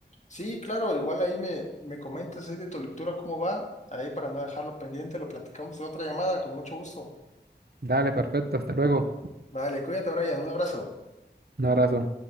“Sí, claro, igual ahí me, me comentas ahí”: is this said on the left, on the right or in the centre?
Left